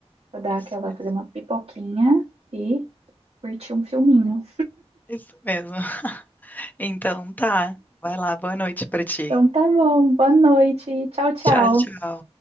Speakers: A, on the right; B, on the left.
A: para dar
B: Isso
A: aquela,
B: mesmo.
A: fazer uma pipoquinha e curtir um filminho.
B: Isso mesmo. <laughs> Então tá. Vai lá, boa noite pra ti.
A: Então tá bom, boa noite. Tchau, tchau.
B: Tchau, tchau.